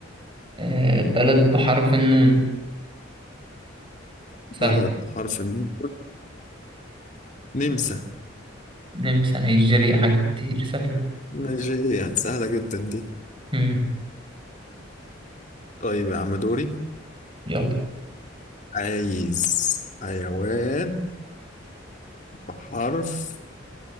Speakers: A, on the right (about 25°); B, on the left (about 40°).
A: آه، بلد بحرف النون سهل
B: بلد حرف النون نمسا
A: نمسا نيجيريا حاجة كتير سهلة
B: نيجيريا سهلة جدا دي
A: مم.
B: طيب يا عم دوري
A: يلا
B: عايز حيوان بحرف